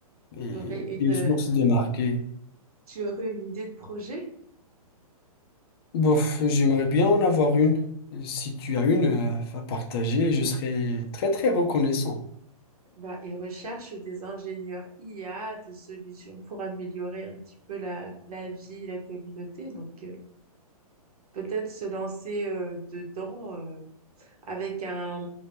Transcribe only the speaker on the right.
Tu aurais Mm. une,
tu aurais une idée de projet?
Bah, ils recherchent des ingénieurs IA, des solutions pour améliorer un petit peu la, la vie, la communauté. Donc euh, peut-être se lancer euh, dedans euh, avec un